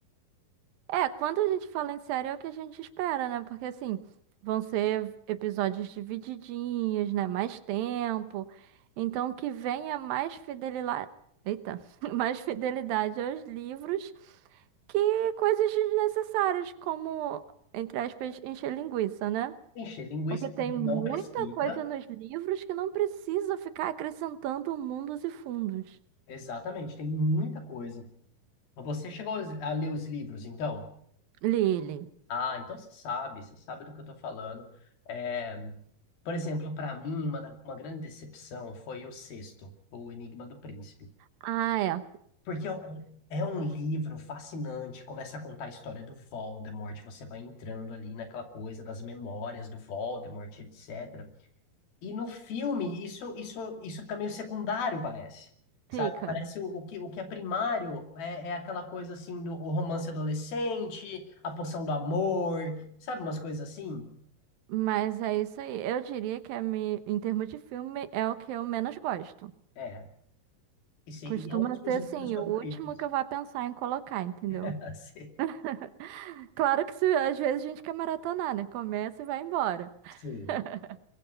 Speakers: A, on the right; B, on the left.
A: É, quando a gente fala em série é o que a gente espera, né? Porque assim, vão ser episódios divididinhos, né? Mais tempo. Então que venha mais fidelidade. Eita, <laughs> mais fidelidade aos livros que coisas desnecessárias, como, entre aspas, encher linguiça, né?
B: Encher linguiça
A: Porque tem
B: porque
A: muita
B: não precisa.
A: coisa nos livros que não precisa ficar acrescentando mundos e fundos.
B: Exatamente, tem muita coisa. Você chegou a ler os livros, então?
A: Lili.
B: Ah, então você sabe, você sabe do que eu estou falando. É, por exemplo, para mim, uma, da- uma grande decepção foi o sexto, O Enigma do Príncipe.
A: Ah, é.
B: Porque é um, é um livro fascinante, começa a contar a história do Voldemort, você vai entrando ali naquela coisa das memórias do Voldemort, etc. E no filme, isso, isso, isso fica meio secundário, parece. Sabe?
A: Fica.
B: Parece o, o que, o que é primário é, é aquela coisa assim do o romance adolescente, a poção do amor, sabe? Umas coisas assim.
A: Mas é isso aí. Eu diria que a mi- em termos de filme é o que eu menos gosto.
B: É. E, se-
A: Costuma
B: e é um dos meus
A: ser
B: livros
A: assim,
B: favoritos.
A: o último que eu vá pensar em colocar, entendeu?
B: <laughs> Sei.
A: <laughs> Claro que se, às vezes a gente quer maratonar, né? Começa e vai embora.
B: Sim.
A: <laughs>